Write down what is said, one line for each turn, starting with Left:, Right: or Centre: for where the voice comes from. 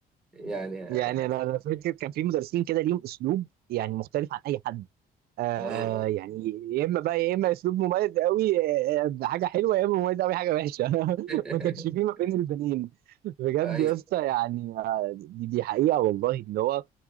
Centre: يعني اه
Right: يعني انا أنا فاكر كان في مدرسين كده ليهم اسلوب يعني مختلف عن اي حد آه
Centre: آه.
Right: يعني يا اما بقى يا اما اسلوب مميز قوي آه، آه، حاجه حلوه يا اما مميز قوي حاجه وحشه <laughs>
Centre: <laughs>
Right: ما كانش فيه ما بين البنين بجد
Centre: ايوه
Right: يا اسطى يعني آه، دي, دي حقيقه والله ان هو